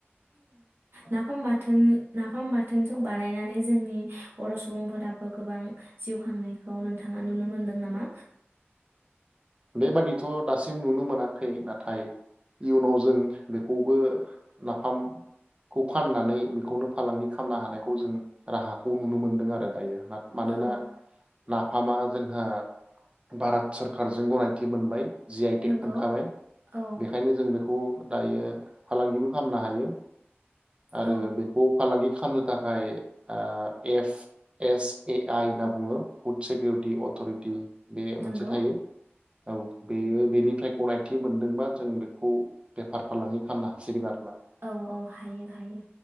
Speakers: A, on the right (about 60°); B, on the right (about 25°).
A: नाफाम बाथोन नाफाम बाथोन थोनसनखौ बानायनानै जोंनि बर' सुबुंफोराबो गोबां जिउ खांनायखौ नोंथाङा नुनो मोनदों नामा
B: बेबादिथ' दासिम नुनो मोनाखै नाथाय इयुनाव जों बेखौबो नाफामखौ फाननानै बेखौनो फालांगि खालामनो हानायखौ जों राहाखौ नुनो मोनदों आरो दायो मानोना
A: औ
B: नाफामा जोंहा भारात सरखार जों गनायथि मोनबाय जि आइ टेक
A: नंगौ
B: मोनखाबाय
A: औ
B: बेखायनो जों बेखौ खौ दायो फालांगिबो खालामनो हायो आरो
A: औ
B: बेखौ फालांगि खामनो थाखाय एफ एस ए आइ होनना बुङो फुड सिकिउरिटि अथ'रिटि बे
A: नंगौ
B: मोनसे थायो औ बे बेनिफ्राय गनायथि मोनदोंबा जों बेखौ बेफार फालांगि खालामनो हासिगोन आरो
A: औ औ हायो हायो